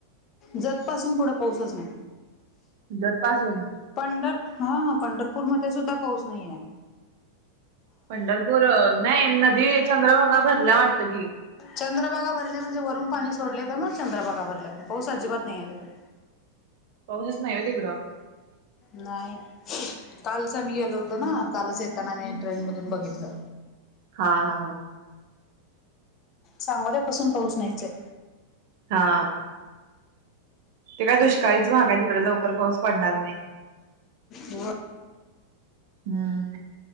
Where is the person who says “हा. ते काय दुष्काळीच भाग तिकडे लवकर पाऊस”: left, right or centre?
Right